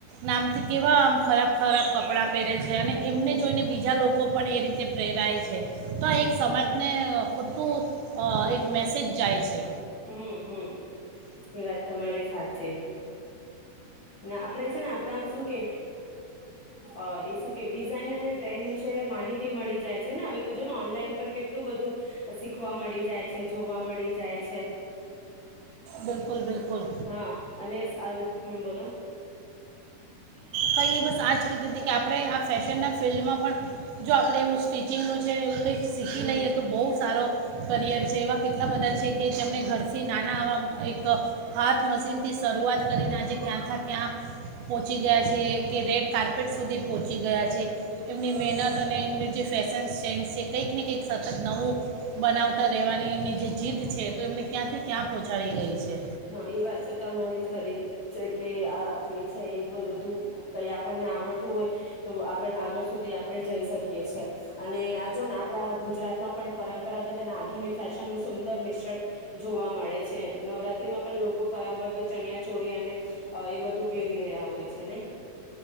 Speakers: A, on the right (about 80°); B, on the left (about 70°).
A: નામથી કેવા આમ ખરાબ ખરાબ કપ કપડાં પહેરે છે. અને એમને જોઈને બીજા લોકો પણ એ રીતે પ્રેરાય છે. તો એક સમાજ ને અ ખોટટું અ એક મેસેજ જાય છે.
B: હમ્મ હમ્મ એ વાત તમારી સાચી. ને આપડે છે ને આપણા શું કે અ એ શું કે ડિઝાઇન અને ટ્રેન વિશે માહિતી મળી જાય છે ને હવે તો જોન ઓનલાઇન. પણ કેટલું બધું સી શખવા મળી જાય છે, જોવા મળી જાય છે.
A: બિલકુલ બિલકુલ
B: હા અને અલ સેલ્ફી બોલો.
A: કઈ નઈ બસ આજ કીધી હતી કે આપણે આ ફેશનના ફિલ્ડમાં પણ જો આપણે એવું સ્ટિચિંગનું છે એવું કંઈ શીખી
B: હમ
A: લઈએ તો બહુ સારો કરિયર છે એવા કેટલા બધા છે કે જેમને ઘરથી નાના આવા એક હાથ મશીનથી શરૂઆત કરીને આજે ક્યાંથી ક્યાં ચગાસ છે કે રેડ કાર્પેટ સુધી પહોંચી ગયા છે. એમની મહેનત અને એમની જે ફેશન્સ સેન્સ છે કંઈક ને કંઈક સતત નવું બનાવતા રહેવાની એમની જે જીદ છે તો એમને ક્યાંથી ક્યાં પહોંચાડી ગઈ છે
B: હા એ વાત તો તમારી ખરી છે કે આ જે છે એ બધું કઈ આપણને આવડતું હોય તો આગળ આગળ સુધી આપણે જઈ શકીએ છે. અને આ જો ને આપ આપણા ગુજરાતમાં પણ પરંપરાગત અને આધુનિક ફેશન નું સુંદર મિશ્રણ જોવા મળે છે. નવરાત માં પણ લોકો પરામભર ચણિયા ચોળી અને અ એ બધું પહેરી રહ્યા હોય છે નઈ?